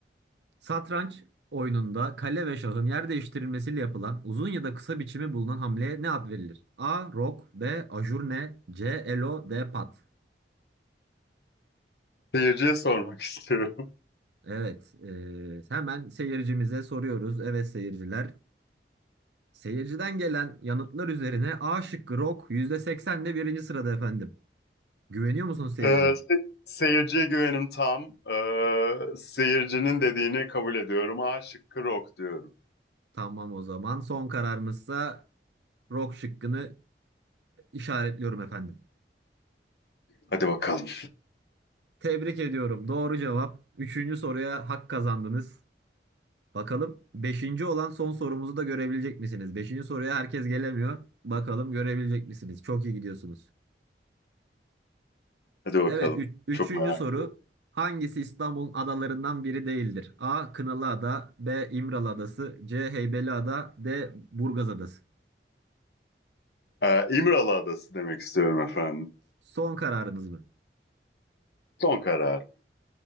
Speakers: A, on the right; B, on the left.
A: Satranç oyununda kale ve şahın yer değiştirilmesiyle yapılan uzun ya da kısa biçimi bulunan hamleye ne ad verilir? A. Rok B. Ajurne C. Elo D. Pat
B: Seyirciye sormak <laughs> istiyorum.
A: Evet, eee, hemen seyircimize soruyoruz. Evet seyirciler. Seyirciden gelen yanıtlar üzerine A şıkkı Rok %80 de birinci sırada efendim. Güveniyor musunuz seyirciye?
B: Ee, se- seyirciye güvenim tam. Ee, seyircinin dediğini kabul ediyorum. A şıkkı rock diyorum.
A: Tamam o zaman son kararınızsa Rok şıkkını işaretliyorum efendim.
B: Hadi bakalım.
A: Tebrik ediyorum. Doğru cevap. Üçüncü soruya hak kazandınız. Bakalım beşinci olan son sorumuzu da görebilecek misiniz? Beşinci soruya herkes gelemiyor. Bakalım görebilecek misiniz? Çok iyi gidiyorsunuz.
B: Hadi bakalım.
A: Evet, üç, üçüncü
B: Çok merak
A: soru.
B: ediyorum.
A: Hangisi İstanbul'un adalarından biri değildir? A. Kınalıada, B. İmralı Adası, C. Heybeliada, D. Burgaz Adası.
B: Ee, İmralı Adası demek istiyorum efendim.
A: Son kararınız mı?
B: Son karar.